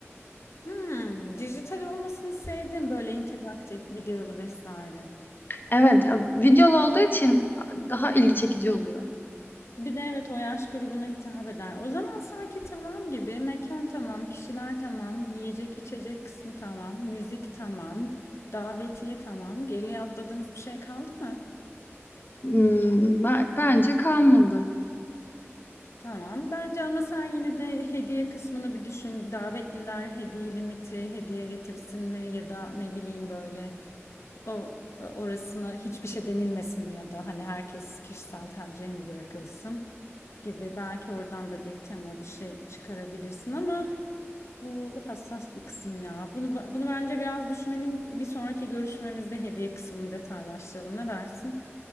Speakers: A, on the left; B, on the left.
A: Hmm, dijital olmasını sevdim böyle interaktif, videolu vesaire.
B: Evet, e, videolu olduğu için daha ilgi çekici oluyor.
A: Bir de evet o yaş grubuna hitap eder. O zaman sanki tamam gibi mekan tamam, kişiler tamam, yiyecek içecek kısmı tamam, müzik tamam, davetiye tamam. Geriye atladığımız bir şey kaldı mı?
B: Hmm, ben- bence kalmadı.
A: Tamam. Bence ama sen yine de hediye kısmını bir düşün. Davetliler hediye limiti, hediye getirsin mi ya da ne bileyim böyle o e, orasına hiçbir şey denilmesin mi ya da hani herkes kişisel tercih mi bırakılsın gibi. Belki oradan da bir tema bir şey çıkarabilirsin ama bu hassas bir kısım ya. Bunu bunu bence biraz düşünelim. Bir sonraki görüşmemizde hediye kısmını detaylaştıralım. Ne dersin?